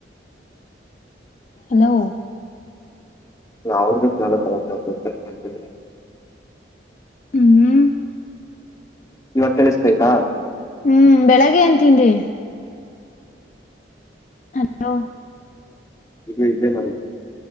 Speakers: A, on the left; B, on the left.
A: ಹಲೋ
B: ಅವ್ರ್ದ ಕೇಳತಂತಿ
A: ಹ್ಮ್
B: ಇವತ್ ಕೇಳಿಸ್ಬೇಕಾ
A: ಹ್ಮ್ ಬೆಳಿಗ್ಗೆ ಏನ್ ತಿಂಡಿ ಹಲೋ
B: ಇದು ಇದದೆ ಮ್ರ